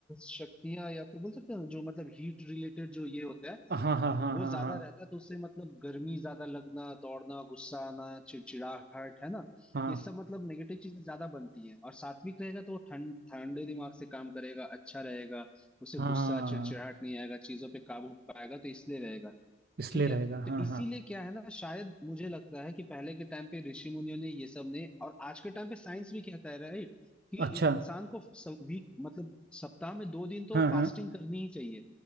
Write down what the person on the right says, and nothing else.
हाँ हाँ हाँ
हाँ
हाँ
हाँ
हाँ
हाँ,
इसलिए
रहेगा
हाँ
हाँ
अच्छा
हाँ
हाँ